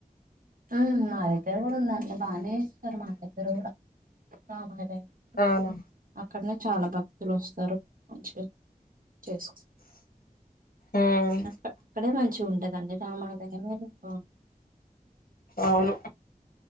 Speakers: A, on the right; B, on the left.
A: ఆఁ మా దగ్గర కూడా ఉందండి బానే చేస్తరు మా దగ్గర కూడ. <unintelligible>
B: అవునా
A: అక్కడనే చాల భక్తులు వస్తారు మంచిగ చేసుకో
B: ఉమ్
A: అక్కడే మంచిగా ఉంట <inaudible>
B: అవును